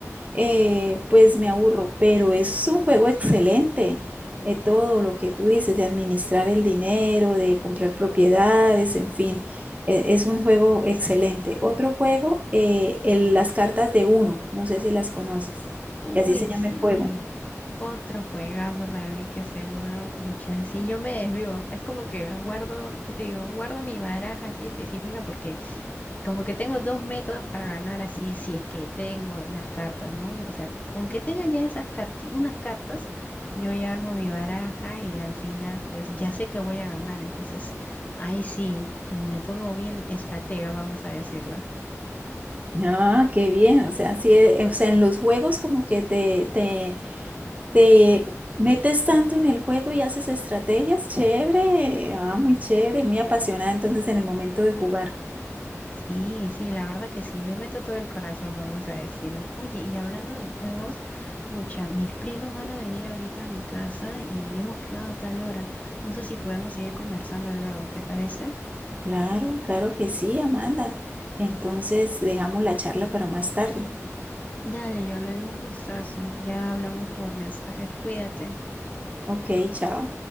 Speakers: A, on the right; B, on the left.
A: eh, pues me aburro. Pero es un juego excelente. De todo lo que tú dices, de administrar el dinero, de comprar propiedades, en fin. E- Es un juego excelente. Otro juego, eh, el- las cartas de uno. No sé si las conoces.
B: Uy,
A: Que así se llama
B: sí.
A: el juego.
B: Otro juegazo para mí que es el uno. Ucha, sí, yo me desvío, Es como que guardo, ¿qué te digo? Guardo mi baraja así específica porque como que tengo dos métodos para ganar así, si es que tengo las cartas, ¿no? O sea, con que tenga ya esas carti- unas cartas, yo ya armo mi baraja y al final pues ya sé que voy a ganar. Entonces, ahí sí, me pongo bien estratega, vamos a decirlo.
A: Ah, qué bien. O sea, sí, eh, o sea, en los juegos como que te, te, te metes tanto en el juego y haces estrategias, chévere, ah, muy chévere, muy apasionada entonces en el momento de jugar.
B: Sí, sí, la verdad que sí, le meto todo el corazón, vamos a decirlo. Oye, y hablando de juegos, pucha, mis primos van a venir ahorita a mi casa y hemos quedado a tal hora. No sé si podemos seguir conversando luego, ¿te parece?
A: Claro, claro que sí, Amanda. Entonces dejamos la charla para más tarde.
B: Dale, Jorlen, un gustazo. Ya hablamos por mensajes, cuídate.
A: Ok, chao.